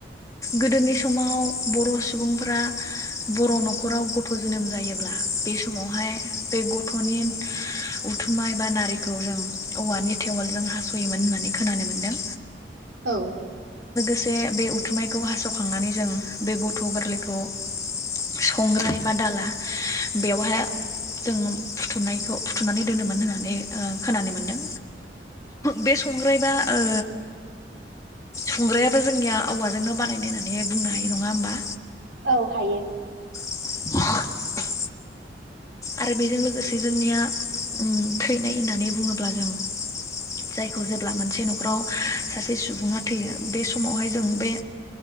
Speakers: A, on the left; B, on the right.
A: गोदोनि समाव बर' सुबुंफोरा बर' न'खराव गथ' जोनोम जायोब्ला बे समावहाय बे गथ'नि उथुमाय बा नारिखौ जों औवानि टेवलजों हास'योमोन होननानै खोनानो मोन्दों
B: औ।
A: से बे उथुमनायखौ हासावखांनानै जों बे गथ' गोरलैखौ संग्राय बा दाला बेयावहाय जों फुथनायखौ फुथुनानै दोनोमोन होननानै ओ खोनानो मोनदों बे संग्राय बा ओ संग्रायाबो जोंनिया औवाजोंनो बानायनाय होननानै बुंनो हायो नंङा होमबा?
B: औ हायो।
A: <inaudible> आरो बेजों लोगोसे जोंनिया उम थैनाय होननानै बुंङोब्ला जों जायखौ जेब्ला मोनसे न'खराव सासे सुबुंङा थैयो बे समावहाय जों बे